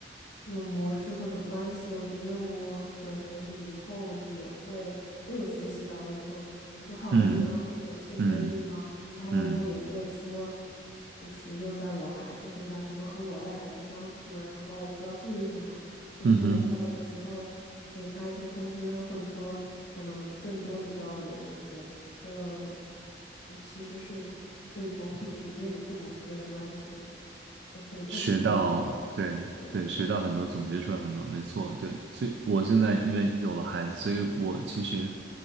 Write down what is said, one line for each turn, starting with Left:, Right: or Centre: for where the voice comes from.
Left: 这种模式或者关系，我觉得我可能以后也会，我有学习到，我以后比如说好的地方或者有欠缺的地方，
Right: 嗯嗯
Left: 然后我以后也会说，
Right: 嗯
Left: 就是用在我孩子身上，怎么和我的孩子相处，然后我需要注意什么，或者说我需要有的时候给他一些空间，
Right: 嗯嗯哼。
Left: 或者说我们更多的交流，我觉得。的，就是其实是可以从 <laughs> 你你跟你父母之间的关系，我可以悟出一些东西。
Right: 学到，对对，
Left: 对。
Right: 学到很多，总结出来很多，没错，对。所以我现在因为有了孩子，所以我其实